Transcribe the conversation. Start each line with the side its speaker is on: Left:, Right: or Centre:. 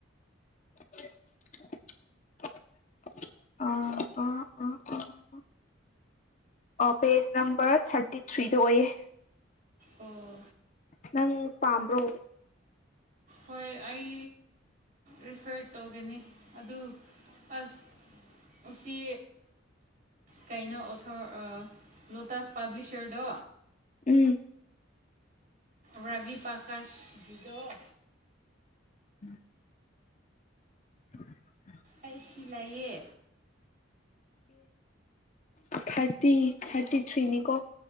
Left: <inaudible> <inaudible> ꯑ ꯑꯥ ꯑꯥ ꯑꯥ ꯑꯣ ꯄꯦꯖ ꯅꯝꯕꯔ ꯊꯥꯔꯇꯤ ꯊ꯭ꯔꯤꯗ ꯑꯣꯏꯌꯦ
Right: ꯑꯣ
Left: ꯅꯪ ꯄꯥꯝꯕ꯭ꯔꯣ
Right: ꯍꯣꯏ ꯑꯩ ꯔꯤꯐꯦꯔ ꯇꯧꯒꯅꯤ ꯑꯗꯨ ꯑꯁ ꯑꯁꯤꯁꯤ ꯀꯩꯅꯣ ꯑꯣꯊ ꯂꯣꯇꯥꯥꯁ ꯄꯥꯕ꯭ꯂꯤꯁꯔꯗꯣ
Left: ꯎꯝ
Right: ꯔꯕꯤ ꯄ꯭ꯔꯀꯁ ꯕꯤꯗꯑꯣ
Left: ꯎꯝ <inaudible>
Right: ꯑꯩ ꯁꯤ ꯂꯩꯌꯦ
Left: ꯁ ꯊꯥꯔꯇꯤ ꯊꯥꯔꯇꯤ ꯊ꯭ꯔꯤꯅꯤꯀꯣ